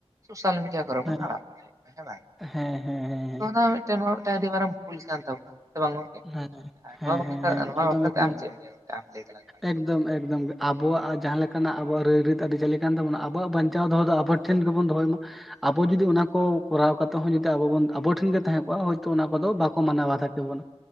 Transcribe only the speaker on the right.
ᱥᱳᱥᱟᱞ ᱢᱤᱰᱤᱭᱟ ᱠᱚᱨᱮ
ᱵᱚᱱ ᱟᱲᱟᱜ ᱵᱟᱲᱦᱟᱭᱮᱫ ᱠᱚᱣᱟ ᱦᱮᱸ ᱵᱟᱝ?
ᱛᱚ ᱱᱚᱭᱟ ᱢᱮᱫᱴᱟᱝ ᱚᱱᱟ ᱢᱤᱫᱴᱮᱱ ᱟᱹᱰᱤ ᱢᱟᱨᱟᱝ ᱵᱷᱩᱞ ᱠᱟᱱ ᱛᱟᱵᱚᱱᱟ ᱥᱮ ᱵᱟᱝ ᱜᱚᱝᱠᱮ?
ᱟᱨ
ᱱᱚᱣᱟ ᱵᱟᱠᱷᱨᱟ
ᱱᱚᱣᱟ
ᱵᱟᱠᱷᱨᱟ
ᱛᱮ ᱟᱢ ᱪᱮᱫ ᱮᱢ ᱞᱟᱹᱭᱟ ᱜᱚᱝᱠᱮ ᱟᱢ ᱞᱟᱹᱭ ᱫᱟᱞᱟᱝ ᱢᱮ? ᱟᱜᱮ᱾